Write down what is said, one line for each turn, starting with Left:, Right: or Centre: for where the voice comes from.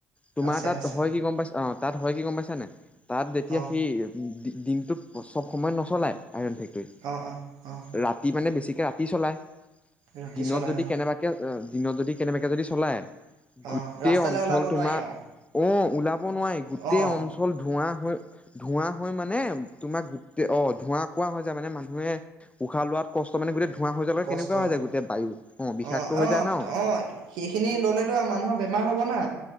Left: তোমাৰ
Right: আছে
Left: তাত
Right: আছে
Left: হয় কি গম পাইছা অ তাত হয় কি গম পাইছানে তাত যেতিয়া
Right: অ
Left: সি দিনটোত? চব সময়ত নচলায়। আইৰন ফেক্টৰী
Right: অ অ অ
Left: ৰাতি মানে বেছি? এ ৰাতি চলায়
Right: ৰাতি
Left: দিনত
Right: চলাই
Left: যদি
Right: অ
Left: কেনেবাকে দিনত যদি কেনেবাকে যদি চলাই গোটেই
Right: অ ৰাস্তালৈ
Left: অঞ্চল
Right: ওলাব
Left: তোমাৰ
Right: নোৱাৰি আৰু
Left: অ ওলাব নোৱাৰি গোটেই
Right: অ
Left: অঞ্চল ধোৱা হৈ ধোঁৱা হৈ মানে তোমাক গোটেই অ ধোঁৱা কোৱা হৈ যে মানে মানুহে উশাহ লোৱাত কষ্ট মানে গোটেই ধোঁৱা হৈ যোৱাৰ
Right: কষ্ট
Left: কেনেকুৱা হৈ যায় গোটেই বায়ু বিষাক্ত
Right: অ অ
Left: হৈ
Right: অ
Left: যায় ন
Right: অ সেইখিনি ললেতো মানুহৰ বেমাৰ হব না।